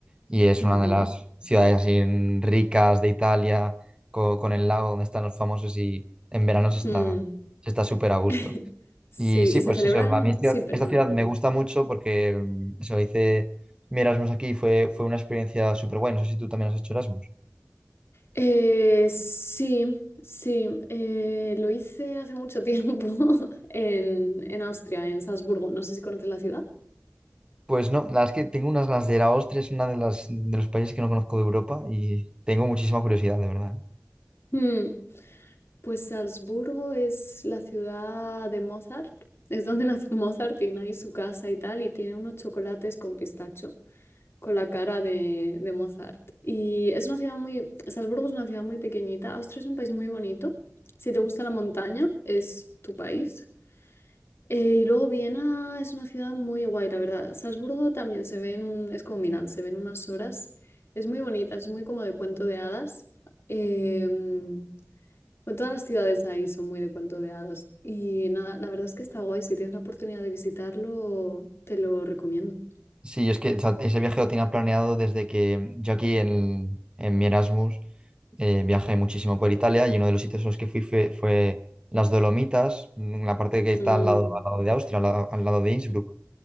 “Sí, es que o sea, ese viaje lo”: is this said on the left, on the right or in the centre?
Right